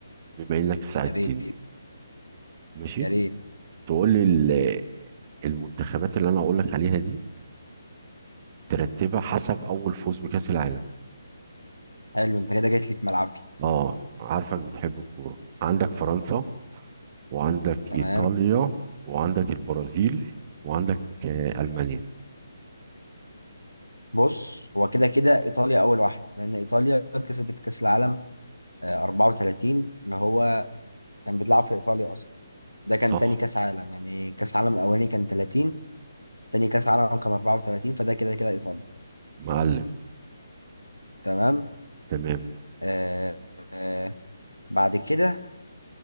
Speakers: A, on the right (about 30°); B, on the left (about 90°).
A: بما إنك ساعدتني
B: يا ريت
A: ماشي
B: يا ريت
A: تقول لي المنتخبات اللي انا اقول لك عليها دي ترتبها حسب اول فوز بكأس العالم
B: حلو انت كده جيت لي في ملعبي
A: اه عارفك بتحب الكورة عندك فرنسا وعندك
B: تمام
A: ايطاليا وعندك البرازيل وعندك آه، المانيا
B: بص هو كده كده ايطاليا اول واحده لان ايطاليا كسبت كاس العالم آه، 34 اللي هو كان بيتلعب في ايطاليا اصلا ده كان
A: صح
B: تاني كاس عالم يعني كاس العالم الاولاني كان 30 تاني كاس عالم كان 34 فده كده كده ايطاليا
A: معلم
B: تمام
A: تمام
B: آه آه بعد كده